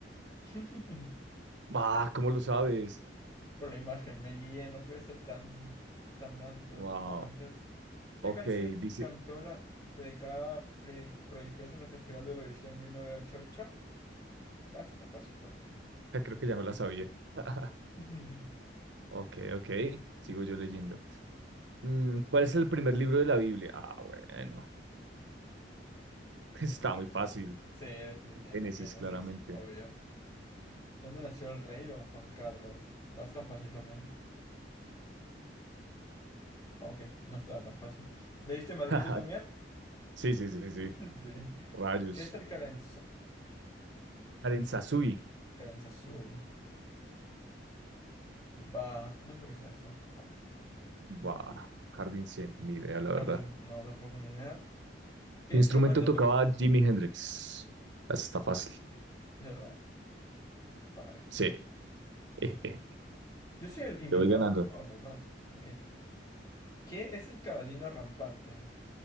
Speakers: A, on the left (about 20°); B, on the right (about 85°).
A: <laughs>
B: Ah, ¿cómo lo sabes?
A: Por la imagen, me guié, no puede ser tan, tan antes,
B: Wow.
A: tan antes. ¿Qué
B: Ok,
A: canción
B: dice,
A: cantó la dedicada predi- prodigiosa en el Festival de Eurovisión mil novecientos ochenta y ocho Va, esta está fácil, está fácil.
B: <laughs> creo que ya me la sabía. <laughs>
A: <laughs>
B: Ok, ok. Sigo yo leyendo. Mm, ¿cuál es el primer libro de la Biblia? Ah, bueno. <laughs> Está muy fácil.
A: Sí, definitivamente,
B: El Génesis,
A: Génesis,
B: claramente.
A: obvio. ¿Dónde nació el rey Don Juan Carlos? Va, está fácil también. Ah, Ok, no estaba tan fácil. ¿Leíste Madrid
B: <laughs>
A: tú también? <laughs>
B: Sí, sí, sí, sí.
A: Sí.
B: Rayos.
A: ¿Qué es el Karen
B: Karen Sasui.
A: Karansasui. Va. No creo que sea esa. Fuck.
B: Buah, Jardín Zen, ni idea, la
A: Jardín.
B: verdad.
A: No, tampoco ni idea. ¿Qué
B: ¿Qué
A: instrumento
B: instrumento tocaba
A: toca?
B: Jimi Hendrix? Esa está fácil.
A: ¿De verdad? Fuck.
B: Sí. <laughs> Eh, eh,
A: Yo soy el invitado.
B: Te voy ganando.
A: Oh my god. Ok. ¿Qué es el cabalino rampante?